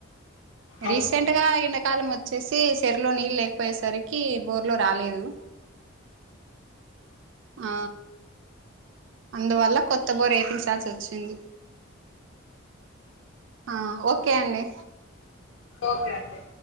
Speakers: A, on the left; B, on the right.
A: అవునా!
B: రీసెంట్గా ఎండాకాలం వచ్చేసి సెర్లో నీళ్ళే పోయే సరికి బోర్ లో రాలేదు ఆ అందువల్ల కొత్త బోర్ ఏపించాల్సొచ్చింది ఆ ఓకే అండి
A: ఓకే అండి